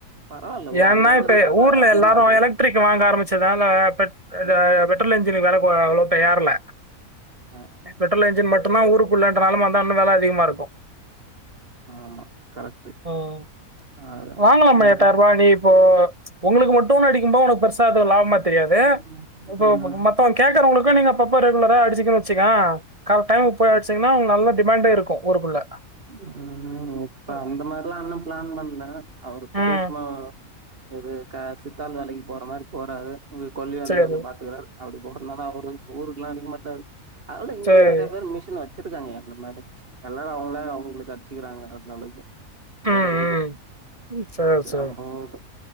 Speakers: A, on the right; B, on the right.
A: பரவால்ல ஒரு
B: ஏன்னா
A: ரெண்டு ஏக்கர்ன்றப்பா
B: இப்ப ஊர்ல
A: அதிகமா
B: எல்லாரும்
A: இருக்குல்ல
B: எலக்ட்ரிக் வாங்க ஆரம்பச்சதா இல்ல பெட் இது
A: ம்
B: பெட்ரோல் என்ஜினுக்கு வேல அவ்ளோ ஏறல
A: ஆ
B: பெட்ரோல் இன்ஜின் மட்டுதா ஊருக்குள்ளன்ற நெலம வந்தா இன்னு வெல அதிகமா இருக்கு
A: ஆமா கரெக்ட்டு
B: ம்
A: அதா
B: வாங்க மாமா
A: அதா
B: எ டாய்ருவா நீ இப்போ உங்ளுக்கு மட்டு அடிக்கும்போது உனக்கு பெருசா லாபமா தெரியாது
A: ம்
B: இப்போ
A: ம்
B: மத்த கேக்குறவங்ளுக்கு நீங்க அப்பப்ப ரெகுலரா அடிச்சிகன்னு வச்சுக்க கரெக்ட டைமுக்கு போய்அடிச்சிங்கன்னா உங்களுக்கு நல்ல டிமெண்டா இருக்கு ஊருக்குள்ள
A: உ இப்ப
B: ம்.
A: அந்த மாறி ல்லா அண்ணா பிளான் பண்ணல அவர் இப்பத்துக்கு
B: ம்
A: சும்மா இது க சித்தால் வேலைக்கு போற மாரி போறாரு கொள்ளி வேலைய
B: சரி
A: கொஞ்சோ பாத்துக்குறாரு அப்டி போறனாதா அவரு ஊருக்ல்லா அடிக்க மாட்டாறு ‌அதனால இங்கயு
B: சரி
A: நெறைய பேர் மிஷின் வ ச்சிருக்காங்க என்ன மாரி எல்லாரு அவுங்ளே அவுங்ளுக்கு அடிச்சுக்கிறாங்க அந்தளவுக்கு ஓரளவுக்கு
B: ம் ம் ம். சரி
A: அப்டியா
B: சரி
A: அப்டி போது